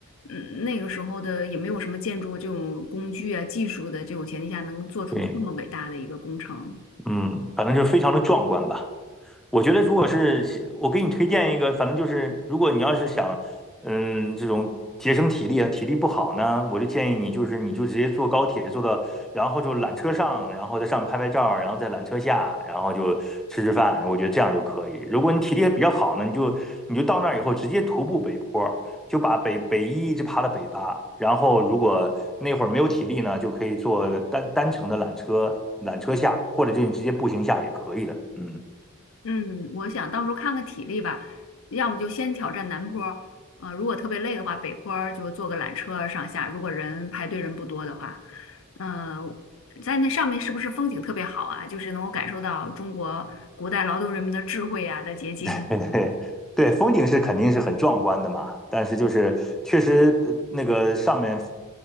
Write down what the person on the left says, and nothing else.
嗯，那个时候的也没有什么建筑这种工具啊、技术的这种前提下，能做出这么伟大的一个工程，
嗯，我想到时候看看体力吧，要么就先挑战南坡儿，呃，如果特别累的话，北坡儿就坐个缆车上下，如果人排队人不多的话，嗯、在那上面是不是风景特别好啊？就是能够感受到中国古代劳动人民的智慧啊的结晶啊。